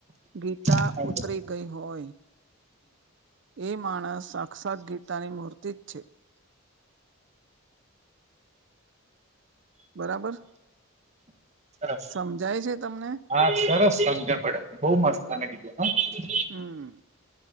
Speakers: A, on the right (about 55°); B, on the right (about 30°).
A: ગીતા
B: હા બોલો.
A: ઉતરી ગઈ હોય એ માણસ સાક્ષાત ગીતાની મૂર્તિ જ છે. બરાબર
B: સરસ
A: સમજાય છે તમને?
B: હા સરસ સંમજ પડે. બહુ મસ્ત તમે કીધું હ.
A: હમ્મ.